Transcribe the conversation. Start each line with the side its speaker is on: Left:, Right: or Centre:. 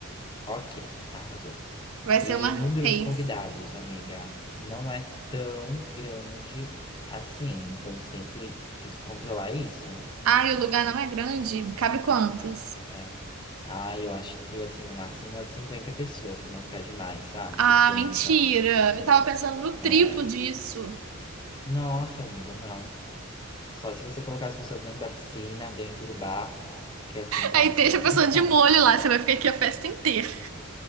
Left: ok, arrasou.
Right: Vai ser
Left: E
Right: uma
Left: número
Right: rave.
Left: de convidados, amiga, não é tão grande assim. Então você tem que, tem que controlar isso.
Right: Ai, o lugar não é grande. Cabe quantas?
Left: É. Ah, eu acho que assim, no máximo umas 50 pessoas, pra não ficar demais, sabe?
Right: Ah,
Left: 60.
Right: mentira. Eu tava pensando no
Left: É.
Right: triplo disso.
Left: Nossa, amiga, não. Só se você colocar as pessoas dentro da piscina, dentro do bar, que assim, não,
Right: Aí
Left: sem
Right: deixa a
Left: condição.
Right: pessoa de molho lá, você vai ficar aqui a festa inteira.